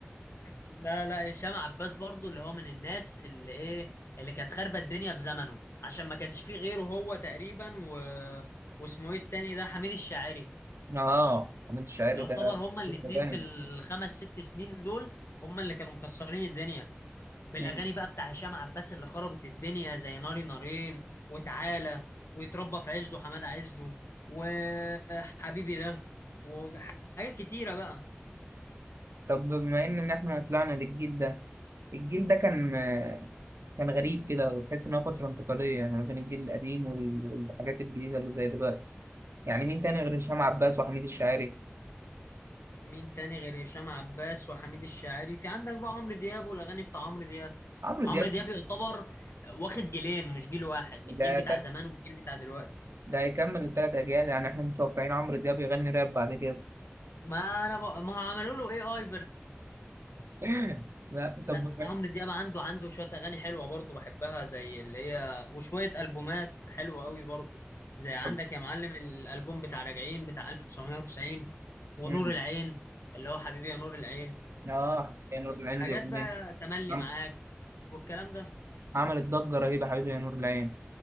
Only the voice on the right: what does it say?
اه حميد الشاعري
ده
قصه تانية
مم.
طب بما ان إن احنا طلعنا للجيل ده الجيل ده كان كان غريب كده وتحس ان هو فتره انتقاليه يعني ما بين الجيل القديم وال- والحاجات الجديده اللي زي دلوقتي يعني مين تاني غير هشام عباس وحميد الشاعري
عمرو
دياب
ده
ده,
ده هيكمل التلات أجيال يعني إحنا متوقعين عمرو دياب يغني راب بعد كده
<laughs> لا
طب
طب
مم.
آه يا نور العين
دي أغنية
عم-
عملت ضجة رهيبة حبيبي يا نور العين